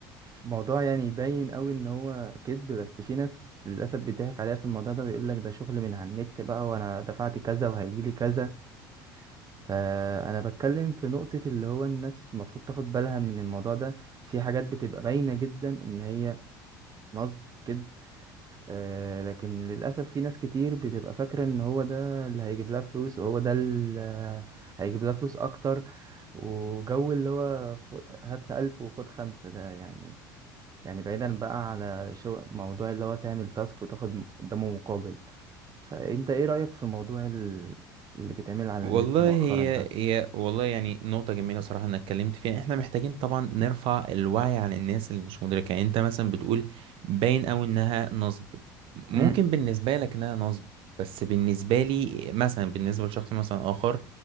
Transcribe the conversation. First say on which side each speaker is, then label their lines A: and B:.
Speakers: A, on the right (about 35°); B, on the right (about 60°).
A: موضوع يعني يبين قوي ان هو كذب بس في ناس للأسف بيضحك عليها في الموضوع ده ويقولك ده شغل من على النت بقى وانا دفعت كذا وهيجيلي كذا فأنا بتكلم في نقطة اللي هو الناس المفروض تاخد بالها من الموضوع ده في حاجات بتبقى باينة جدا ان هي نصب كده آه لكن للأسف في ناس كتير بتبقى فاكرة إن هو ده اللي هيجيب لها فلوس وهو ده اللي هيجيب لها فلوس أكتر وجو اللي هو خ- هات ألف وخد خمسة ده يعني يعني بعيدا بقى على شو موضوع اللي هو تعمل تاسك وتاخد م- قدامه مقابل فأنت إيه رأيك في موضوع ال- اللي بيتعمل على
B: والله
A: النت مؤخرا
B: هي
A: ده؟
B: هي والله يعني نقطة جميلة صراحة انك اتكلمت فيها احنا محتاجين طبعا نرفع الوعي عن الناس اللي مش مدركة يعني انت مثلا بتقول باين اوي انها نصب ممكن
A: امم
B: بالنسبة لك انها نصب بس بالنسبة لي مثلا بالنسبة لشخص مثلا اخر